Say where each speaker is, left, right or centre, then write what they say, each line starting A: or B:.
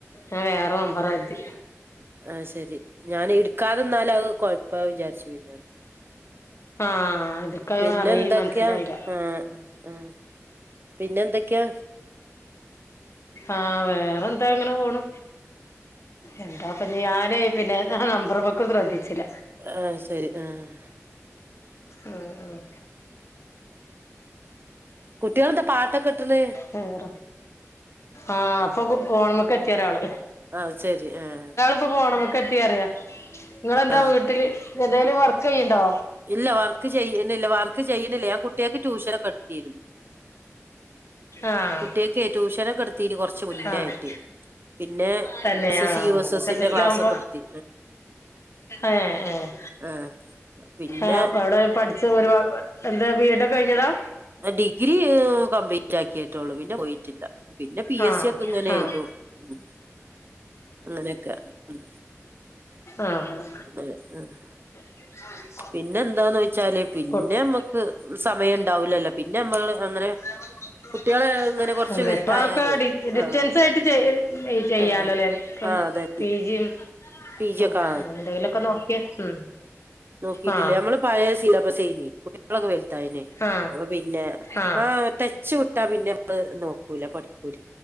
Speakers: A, on the left; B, on the right.
A: ഞാം വേറെ നമ്പറാര്തി
B: ആയ് ശെരി ഞാന് ഇട്ക്കാതിര്ന്നാലത് കൊഴപ്പാകും വിചാരിച്ചു പിന്നേട്
A: ആ ഇതൊക്കെ
B: പിന്നെന്തൊക്കെയാ
A: അറിയ മനസ്സിലായില്ല
B: ആഹ് ആഹ് പിന്നെന്തൊക്കെ
A: ആഹ് വേറെന്താ അങ്ങനെ പോണ് എന്താപ്പ ഞാന് പിന്നെ ആഹ് നമ്പറ്മ്മക്കും ശ്രദ്ധിച്ചില
B: ആയ്ശെരി ആഹ്
A: ആഹ് ആഹ്
B: കുട്ട്യാളെന്താ പാട്ടൊക്കെ ഇട്ട്ണ്
A: വേറെ ആഹ് അപ്പൊ ഫോണ്മ്മക്കെത്ത്യോരാള്
B: ആഹ് ശെരി ഏഹ്
A: ഇപ്പ ഫോണ്മ്മക്കെത്തി പറയാ ഇങ്ങളെന്താ
B: ആഹ്
A: വീട്ട്ല് ഏന്തേലും വർക്കെയ്യ്ണ്ണ്ടോ
B: ഇല്ല വർക്ക് ചെയ്യ്ണില്ല വർക്ക് ചെയ്യ്ണില്ല ഞാൻ കുട്ട്യാക്ക് ട്യൂഷനൊക്കെ ഇട്ത്തീര്ന്നു
A: ആഹ്
B: കുട്ടികൾക്ക് ട്യൂഷനൊക്കെ എടുത്തീന് കൊറച്ച് മുന്നേ
A: ആഹ്
B: ആയിട്ട് പിന്നെ
A: തന്നെ
B: എസ് എസ്
A: ആഹ്
B: യു എസ്
A: അങ്ങനെക്കെ
B: എസിന്റെ
A: തന്നാകുമ്പോ
B: ക്ലാസ് ഒക്കെ എടുത്തി
A: ഏഹ് ഏഹ്
B: ആഹ് പിന്നെ
A: ആഹ് വടെ പഠിച്ച ഒരുപാട് എന്താ ബി എഡ്ഡോക്കെ കഴിഞ്ഞതാ
B: ഡിഗ്രീയ് കംപ്ലീ റ്റാക്കിട്ടുള്ളൂ പിന്നെ പോയിട്ടില്ല പിന്നെ പി
A: ആഹ്
B: എസ് സി ഒക്കെ ഇങ്ങനെ
A: ആഹ്
B: എയ്തും ഉം അങ്ങനെക്കെ ഉം
A: ആഹ് ആഹ്
B: അങ്ങനെ ആഹ്
A: <inaudible>
B: പിന്നെ എന്താന്നൊയ്ച്ചാല് പിന്നെ
A: ആഹ്
B: ഞമ്മക്ക് സമയം ണ്ടാവൂലല്ലോ പിന്നെ ഞമ്മള് അങ്ങനെ
A: <inaudible>
B: കുട്ടികളെ ഇങ്ങനെ കൊറച്ച്
A: ഇന്ന്പ്പതൊക്കെ
B: വലുതായാലേ
A: ഡിസ്റ്റൻസായിട്ട്
B: ആഹ്
A: ചെയ് ചെയ്യാലോലെ
B: ആഹ് ആഹ് അതെ
A: പി ജിം
B: പി ജി
A: ആഹ്
B: ഒക്കെ ആ
A: അങ്ങനെന്തേങ്കിലൊക്കെ നോക്ക്യാ ഉം
B: നോക്കീറ്റില്ലേ
A: ആ
B: നമ്മള് പഴേ സിലബസേയ്ന്നു കുട്ട്യാളൊക്കെ വെൽതായ്ലെ
A: ആ
B: അപ്പ പിന്നെ
A: ആ
B: ആഹ് ട്ടെ ച്ച് വ്ട്ടാ പിന്നമ്മള് നോക്കൂല പഠിക്കൂല